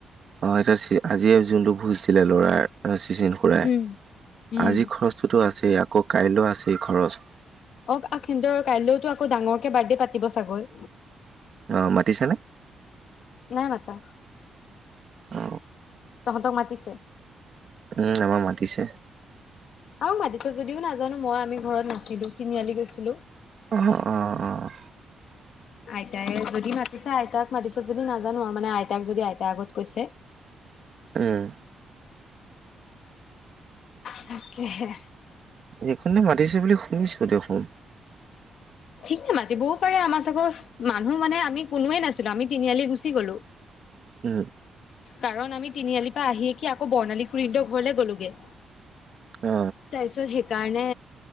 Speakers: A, on the right; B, on the left.
A: অ এতিয়া আজি যোনটো ঘূৰিছিলে ল'ৰাৰ চিচন খুৰাই
B: উম, উম,
A: আজি খৰচটোতো আছেই আকৌ কাইলৈ আছেই খৰচ
B: অ আহ খিঞ্জৰ কাইলৈওতো আকৌ ডাঙৰকে বাৰ্থডে পাতিব চাগৈ
A: অ মাতিছানে
B: নাই মাতা
A: অ
B: তহঁতক মাতিছে
A: উম আমাক মাতিছে
B: আমাক মাতিছে যদিও নাজানো মই আমি ঘৰত নাছিলো তিনিআলি গৈছিলো
A: অহ অহ অহ
B: আইতাই যদি মাতিছে আইতাক মাতিছে যদি নাজানো আৰু মানে আইতাক যদি আইতাই আগত কৈছে
A: উম
B: তাকেহে
A: এইখনতে মাতিছে বুলি শুনিছো দেখোন
B: ঠিকে মাতিবও পাৰে আমাৰ চাগৈ মানুহ মানে আমি কোনোৱে নাছিলো আমি তিনিআলি গুচি গলো
A: উম
B: কাৰণ আমি তিনিআলিৰ পৰা আহিয়েকি আকৌ বৰ্ণালী খুুৰিহেতৰ ঘৰলে গলো গৈ
A: অ
B: তাৰপিছত সেইকাৰণে